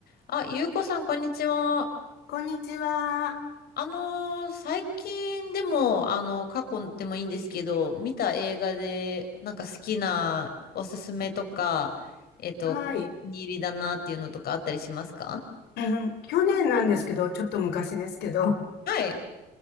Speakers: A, on the left; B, on the left.
A: あ、ゆうこさん、こんにちは。
B: こんにちは。
A: あのー最近でも、あの、過去でもいいんですけど、見た映画で、なんか好きなおすすめとか、えっと、
B: はい。
A: お気に入りだなっていうのとかあったりしますか
B: <laughs> えー去年なんですけど、ちょっと昔ですけど、
A: はい。